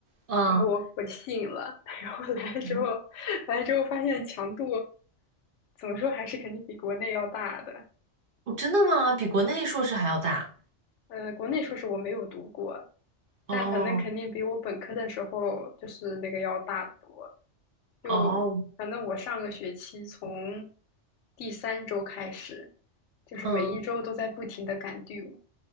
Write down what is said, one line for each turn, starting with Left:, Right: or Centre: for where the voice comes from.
Right: 啊
Left: 然后我我就信了，<laughs> 然后来了之后
Right: 嗯，嗯
Left: 来了之后发现强度怎么说还是肯定比国内要大的。
Right: 哦，真的吗？比国内硕士还要大？
Left: 呃，国内硕士我没有读过，
Right: 哦
Left: 但反正肯定比我本科的时候就是那个要大得多。就反正我上个学期从
Right: 哦，
Left: 第三周开始，就是每一周都在不停的赶
Right: 嗯
Left: due，